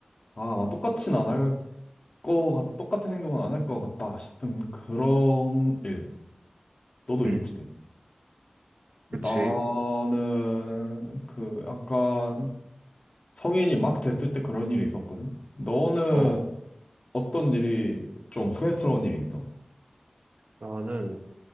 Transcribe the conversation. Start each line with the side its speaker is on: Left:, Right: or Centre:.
Left: 아, 나 똑같진 안 할 거, 같- 똑같은 행동은 안 할 것 같다 싶은 그런 일, 너도
Right: 응,
Left: 있지. 나는
Right: 그치.
Left: 그 약간 성인이 막 됐을 때 그런 일이 있었거든? 너는
Right: 어,
Left: 어떤 일이 좀 후회스러운 일이 있어?
Right: 나는,